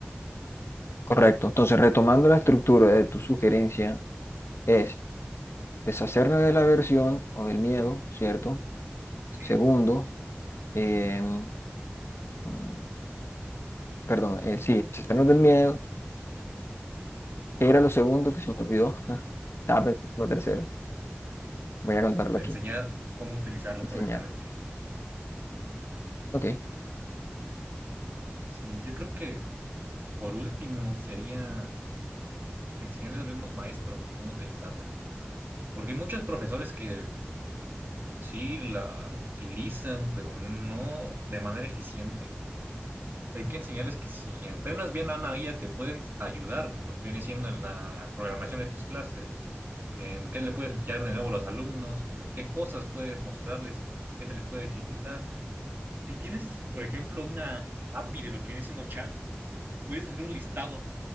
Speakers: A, on the left; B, on the right.
A: Correcto. Entonces, retomando la estructura de tu sugerencia, es deshacernos de la aversión o del miedo, ¿cierto?
B: ¿sí?
A: Segundo, em, mm, perdón, eh, sí, deshacernos del miedo. ¿Qué era lo segundo que se me olvidó? <laughs> Estaba pensando en lo tercero. Voy a contarlo
B: Enseñar
A: aquí.
B: cómo utilizarla
A: Enseñar.
B: correctamente.
A: Ok. Bueno,
B: Sí, yo creo que por último sería enseñarle a los mismos maestros cómo utilizarla. Porque hay muchos profesores que sí la utilizan, pero no de manera eficiente. Hay que enseñarles que si entrenas bien a una IA, te pueden ayudar en lo que viene siendo en la programación de tus clases, en qué le puedes enseñar de nuevo a los alumnos, qué cosas puedes mostrarles, qué se les puede dificultar. Si tienes, por ejemplo, una API de lo que viene siendo chat, puedes hacer un listado